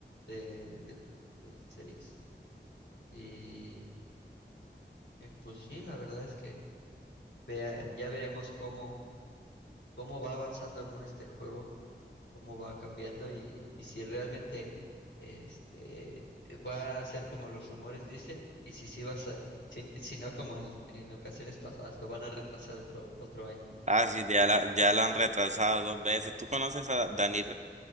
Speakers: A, on the left; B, on the right.
A: de- del, del seis Y eh, pues sí, la verdad es que vea, ya veremos cómo, cómo va avanzando, ¿no? Este juego, cómo va cambiando y, y si realmente este, va a ser como los rumores dicen y si sí vas a, ser, si, si no como en, en ocasiones pasadas, lo van a retrasar otro, otro año.
B: Ah, sí, ya, la- ya lo han retrasado dos veces. ¿Tú conoces a Dani